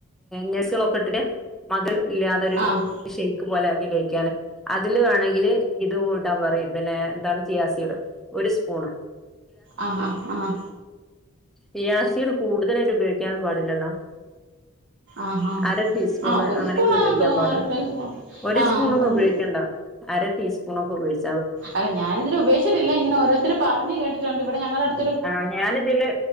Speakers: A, in the centre; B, on the right.
A: നഴ്സുകളൊക്കെ ഇട്ടിട്ട് മധുരം ഇല്ലാതൊരു
B: ആഹ്
A: ഷെയ്ക്ക് പോലെ ആക്കി കഴിക്ക് ക്യാനാ അതില് വേണമെങ്കില് ഇതും ഇടാൻ പറയും പിന്നെ എന്താണ് ചിയാസീട് ഒരു സ് പോണ്
B: ആ ആ ആ
A: ചിയാസിഡ് കൂടുതലായിട്ട് ഉപയോഗിക്കാനും പാടില്ലല്ലോ
B: ആഹാ
A: അര ടീസ്പൂണ്
B: ആഹ് ഒരു
A: അങ്ങനെയൊക്കെ
B: സ്പൂണാണെന്ന്
A: ഉപയോഗിക്കാൻ
B: തോന്നുന്നു
A: പാടുള്ളൂ
B: അര ടീസ്പൂൺ
A: ഒരു
B: ആഹ്
A: സ്പൂൺ ഒന്നും
B: അതന്നെ
A: ഉപയോഗിക്കണ്ട അര ടീസ്പൂൺ ഒക്കെ ഉപയോഗിച്
B: അല്ല ഞാനിതിനെ ഉപേക്ഷിച്ചിട്ടില്ല ഇങ്ങനെ ഓരോരുത്തറ് പറഞ്ഞ് കേട്ടിട്ടുണ്ട് ഇവിടെ ഞങ്ങളുടെ അടുത്ത്
A: ആ ഞാനിതില്